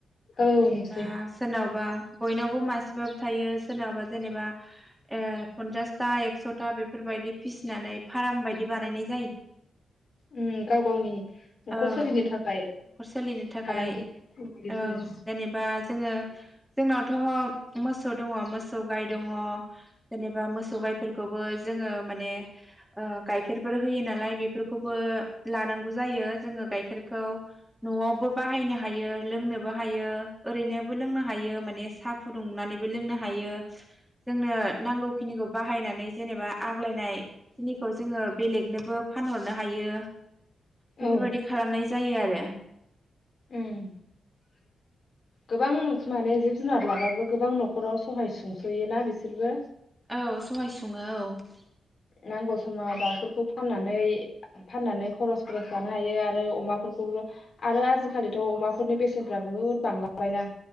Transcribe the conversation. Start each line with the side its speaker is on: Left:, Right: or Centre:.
Left: औ
Centre: जेनबा
Left: नुसै
Centre: सोरनावबा आ बयनावबो मासेबाबो थायो सोरनावबा जेनेबा ए पनसासथा एक्सथा बेफोरबायदि फिसिनानै फाराम बायदि बानायनाय जा
Left: ओं गाव गावनि नखर
Centre: औ
Left: सोलिनो थाखाय
Centre: न'खर सोलिनो थाखाय
Left: फालांगि बिजनेस
Centre: औ जेनेबा जोङो जोंनावथ मोसौ दङ मोसौ गाय दङ जेनेबा मोसौ गायफोरखौबो जोङो माने ओ गायखेरफोर होयो नालाय बेफोरखौबो लानांगौ जायो जोङो गायखेरखौ न'आवबो बाहायनो हायो लोंनोबो हायो ओरैनोबो लोंनो हायो माने साहा फुदुंनानैबो लोंनो हायो जोंनो नांगौखिनिखौ बाहायनानै जेनेबा आग्लायनाय खिनिखौ जोङो बेलेगनोबो फानहरनो हायो
Left: औ
Centre: बेफोरबायदि खालामनाय जा जायो आरो।
Left: उम गोबां माने जिब जुनार लाबाबो गोबां न'खराव सहाय सुंसयोना बिसोरबो
Centre: औ सहाय सुङो औ।
Left: नांगौ समाव दाउफोरखौ फाननानै फाननानै खरस खरस जानो हायो आरो अमाफोरखौबो आरो आजिखालिथ अमाफोरनि बेसेनफोरा बुहुद बांलांबायना